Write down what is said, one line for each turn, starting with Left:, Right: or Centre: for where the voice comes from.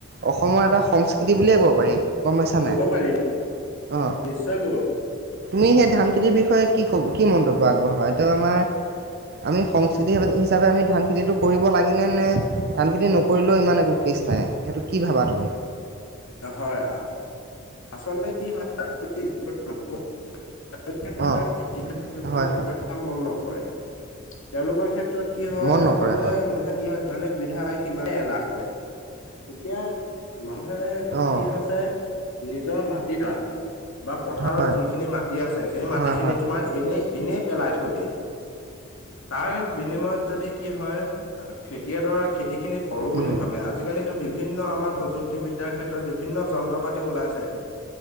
Right: অসমৰ এটা সংস্কৃতি বুলিয়ে ক'ব পাৰি। গম পাইছা নাই
Left: ক'ব পাৰি
Right: অহ।
Left: নিশ্চয় ক'ব পাৰি
Right: তুমি সেই ধান খেতিৰ বিষয়ে কি কব কি মন্তব্য আগবঢ়াবা এটো আমাৰ আমি সংস্কৃতি হিচাপে আমি ধান খেতিটো কৰিব লাগেনে নে ধান খেতি নকৰিলেও ইমান একো কিচ নাই সেইটো কি ভাবা তুমি?
Left: হয় আচলতে কি হয় <unintelligible> <unintelligible>
Right: অঁ হয় হয়
Left: মন নকৰে তেওঁলোকৰ ক্ষেত্ৰত কি হয়
Right: মন
Left: আচলতে
Right: নকৰে হয়
Left: মানুহে কি হয় জানে <unintelligible> সুবিধা সিমানে এলাহ কৰে এতিয়া মানুহে কি
Right: অঁ
Left: হৈছে নিজৰ মাটিডৰা বা পথাৰত
Right: হয়
Left: যিখিনি মাটি আছে, সেই মাটি
Right: হয়
Left: খিনি
Right: হয়
Left: তোমাৰ এনেই এনেই পেলাই থৈ দিয়ে তাৰ বিনিময়ত যদি কি হ'য়, খেতি এডৰা খেতি খিনি কৰো বুলি
Right: উম
Left: ভাৱে আজি-কালিটো বিভি বিভিন্ন আমাৰ প্ৰযুক্তিবিদ্যাৰ ক্ষেত্ৰত বিভিন্ন যন্ত্ৰ পাতি ওলাইছে